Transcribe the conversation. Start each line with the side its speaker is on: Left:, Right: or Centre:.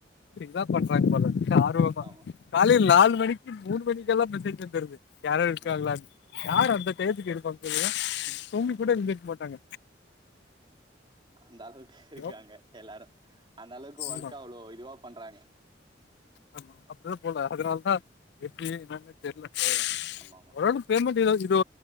Left: இதா பண்றாங்க போல ஆர்வமா
Right: ஆமா
Left: காலையில நாலு மணிக் கி மூனு மணிக்கெல்லா மெசேஜ் வந்துருது யாரோ இருக்காங்களா
Right: ம்
Left: யார் அந்த டைத்துக்கு இருப்பாங் <inaudible> தூங்கி
Right: ஆ
Left: கூட எந்திரிக்க மாட்டாங்க
Right: அந்த அளவுக்கு இருக்காங்க
Left: ஐயோ,
Right: எல்லா ஹலோ அந்த அளவுக்கு ஒர்க்
Left: ஆமா.
Right: அவ்ளோ இதுவா பண்றாங்க
Left: ஆமா அப்படிதா போல அதனால தா எப்படி என்னனே தெரில
Right: ஆமா ஆமா
Left: ஒரு வேல பேமெண்ட் எதாச்சு இது